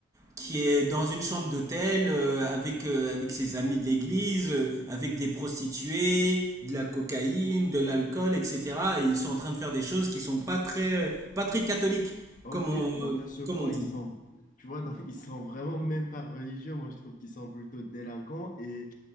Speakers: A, on the right; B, on the left.
A: qui est dans une chambre d'hôtel euh, avec, euh, avec ses amis de l'église, euh, avec des prostituées, de la cocaïne, de l'alcool, etc. Et ils sont en train de faire des choses qui sont pas très, euh, pas très catholiques,
B: Ok,
A: comme on,
B: donc
A: euh,
B: à ce point,
A: comme on dit.
B: ils sont, tu vois, donc, <laughs> ils sont vraiment même pas religieux. Moi, je trouve qu'ils sont plutôt délinquants. Et